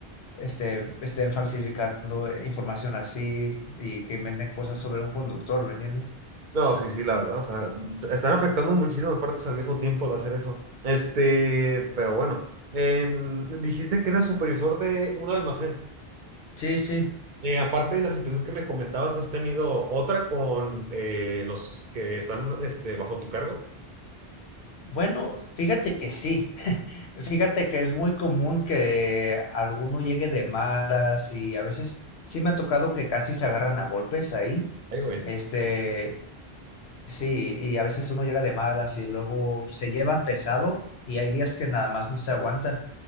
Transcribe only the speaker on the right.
No, sí, sí, la verdad, o sea, están afectando muchísimas partes al mismo tiempo al hacer eso. Este, pero bueno, en- dijiste que eras supervisor de un almacén.
Y aparte de la situación que me comentabas, ¿has tenido otra con eh, los que están este, bajo tu cargo?
Ay, güey.